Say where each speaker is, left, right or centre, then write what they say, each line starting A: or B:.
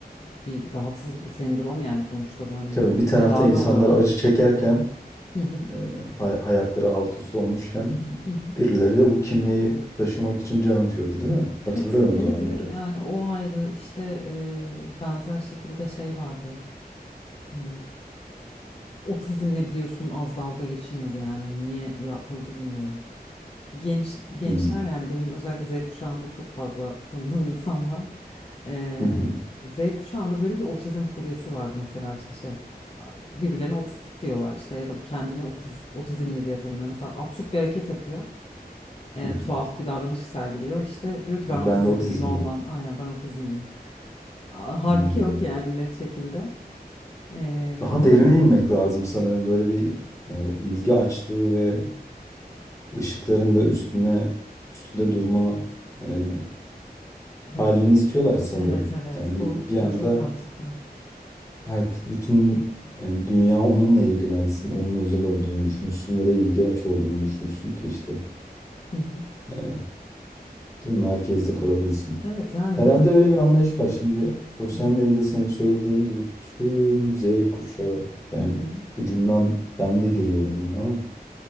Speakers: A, on the left; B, on the left.
A: bir rahatsızlık, bir sendrom yani sonuçta bu hani
B: Tabii
A: gidip
B: bir tarafta
A: tedavi
B: insanlar
A: oluyorlar.
B: acı çekerken,
A: Hı hı,
B: e, hay- hayatları alt üst olmuşken
A: hı hı.
B: birileri de bu kimliği taşımak için can atıyordu değil mi?
A: Evet,
B: Hatırlıyorum
A: evet,
B: o zamanları.
A: evet. Yani o ayrı işte e, benzer şekilde şey vardı. Hmm, otizmle biliyorsun az dalga geçilmedi yani niye yapıldı bilmiyorum. Genç gençler
B: Hmm.
A: yani benim özellikle Z kuşağında çok fazla <laughs> tanıdığım insan var. Ee,
B: Hı hı.
A: Z kuşağında böyle bir otizm furyası vardı mesela işte şey ya birbirlerine otistik diyorlar işte ya da kendini otiz, otizmli diye tanımlıyor. Mesela absürt bir hareket yapıyor. Ee,
B: Hı hı.
A: tuhaf bir davranış sergiliyor işte diyor ki ben
B: Ben
A: otizmliyim
B: de otizm
A: ondan aynen ben otizmliyim. Aa, Halbuki
B: var.
A: yok yani net şekilde. Ee,
B: Daha
A: bu böyle
B: derine
A: biraz
B: inmek lazım sanırım. Böyle bir e, ilgi açlığı ve ışıkların da üstüne üstünde durma e,
A: Evet,
B: halini istiyorlar sanırım.
A: evet, evet.
B: Yani bir
A: Bu
B: bir
A: bu
B: anda
A: çok mantıklı.
B: her bütün e, dünya onunla ilgilensin, onun özel olduğunu düşünsün ya da ilgi aç olduğunu düşünsün ki işte
A: Hı hı.
B: e, değil mi? Merkezde kalabilsin.
A: Evet yani
B: Herhalde
A: burada
B: öyle bir anlayış var. Şimdi sosyal
A: Evet.
B: medyada senin söylediğin gibi tüm Z kuşağı yani
A: Hı hı.
B: ucundan ben de giriyorum ona ama